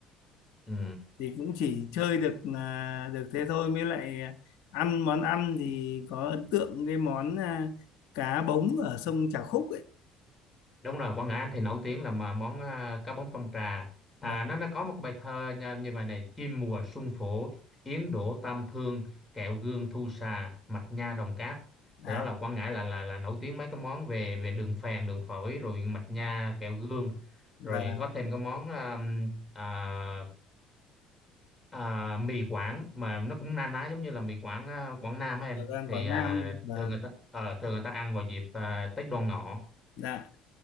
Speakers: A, on the left; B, on the left.
A: ừ.
B: thì cũng chỉ chơi được à, được thế thôi mới lại à, ăn món ăn thì có ấn tượng cái món à, cá bống ở sông Trà Khúc ấy
A: đúng rồi Quảng Ngãi Anh thì nổi tiếng là mà món à, cá bóng trong trà à,
B: và
A: nó nó có một bài thơ nha, như vậy này chim mùa xuân phổ yến đổ tam thương kẹo gương thu xà mạch nha đồng cát thì
B: à
A: đó là Quảng Ngãi là là là nổi tiếng mấy cái món về về đường phèn đường phổi rồi mạch nha
B: và
A: kẹo gương
B: và
A: rồi có thêm cái món à, à, à, mì Quảng mà nó cũng na ná giống như là mì Quảng à, Quảng Nam á em
B: ở Giang
A: thì
B: Quảng
A: à,
B: Nam và
A: thường người ta ờ, thường người ta ăn vào dịp à, Tết Đoan Ngọ
B: dạ